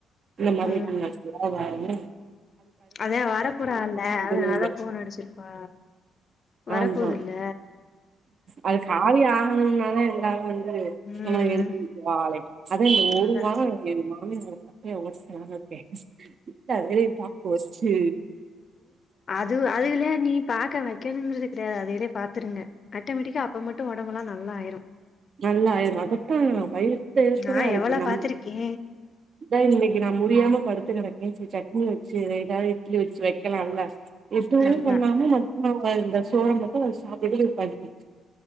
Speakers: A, on the right; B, on the left.
A: இந்த மாரி
B: ம்
A: நீங்க ஸ்டாராங் ஆவாவு
B: அதா வரப்போர இல்ல அதனால
A: வெளில
B: போன் அடிச்சிருப்பா வர
A: ஆமா
B: போதில்ல
A: அது காலி ஆகணும்னால எல்லாமே வந்து
B: ம்
A: நம்ம எடுத்து வெக்கவாலா இந்த ஒரு
B: அதா
A: வாரோ என்ன மா சாமி மேலே சத்தியோ ஒடைக்குலான்னு இருக்கே இல்ல அதுலையு பாக்கு வெச்சு
B: அது அதுல்லா நீ பாக்க வ கணுங்கிறது கிடையாது அதையிலேயே பாத்துருங்க ஆட்டோமேட்டிக்கா அப்போ மட்டும் ஓடம்பல்லா நல்லா ஆயிரு
A: நல்லாயயிரு அதத்தா வயிறத்த இருக்கத
B: நா
A: ஆயிரு
B: எவ்வள
A: நம்ம
B: பாத்திருக்கே
A: இதா இன்னைக்கு நா முடியாம படு படுத்துக் கேடக்கே சட்னி வச்சு ஏதாவது இட்லி வச்சு வைக்கலால்ல எதுவுமே
B: நல்லா
A: பண்ணாம ம அவங்க இந்த சோற மட்டு அத சாப்புட்டுட்டு போயி படுத்துச்சு